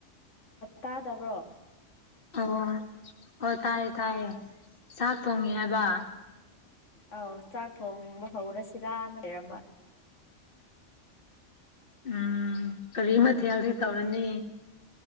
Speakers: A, on the left; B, on the left.
A: ꯇꯥꯗꯕ꯭ꯔꯣ
B: ꯑꯣ ꯑꯣ ꯇꯥꯏꯌꯦ ꯇꯥꯏꯌꯦ ꯆꯥꯛ ꯊꯣꯡꯉꯦ
A: ꯎꯝ
B: ꯍꯥꯏꯕ
A: ꯑꯧ ꯆꯥꯛ ꯊꯣꯡꯕ ꯍꯧꯔꯁꯤꯔꯅ ꯂꯩꯔꯝꯕ
B: ꯎꯝ ꯀꯔꯤ ꯃꯊꯦꯜꯗꯤ ꯇꯧꯔꯅꯤ